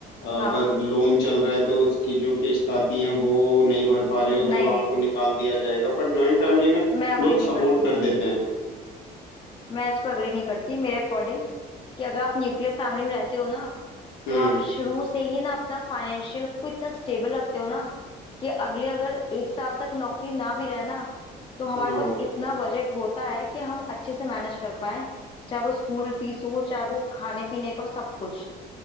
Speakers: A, on the left; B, on the left.
A: अगर
B: हाँ
A: लोन चल रहा है तो उसकी जो किस्त आती है वो नहीं भर पा रहे हो
B: नहीं
A: तो आपको
B: नहीं
A: निकाल दिया जाएगा पर जॉइंट फैमिली में
B: मैं अग्री
A: लोग
B: नहीं
A: सपोर्ट
B: करती
A: कर देते हैं
B: मैं इस पर अग्री नहीं करती मेरे अकॉर्डिंग कि अगर आप न्यूक्लियर फैमिली में रहते हो ना
A: हम्म
B: तो आप शुरू से ही ना अपना फाइनेंशियल को इतना स्टेबल रखते हो ना कि अगले अगर एक साल तक नौकरी ना भी रहे ना तो हमारे
A: हाँ
B: पास इतना बजट होता है कि हम अच्छे से मैनेज कर पाए चाहे वो स्कूल फीस हो चाहे वो खाने पीने का सब कुछ